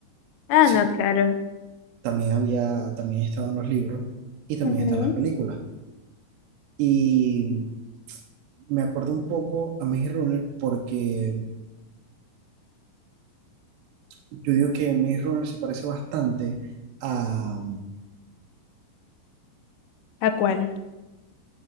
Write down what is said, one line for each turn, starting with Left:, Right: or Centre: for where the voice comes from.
Left: Ah,
Right: Sí,
Left: no, claro.
Right: también había, también estaba en los libros y también
Left: Ujú.
Right: están las películas. Y me acuerdo un poco a Maze Runner porque yo digo que Maze Runner se parece bastante a,
Left: ¿A cuál?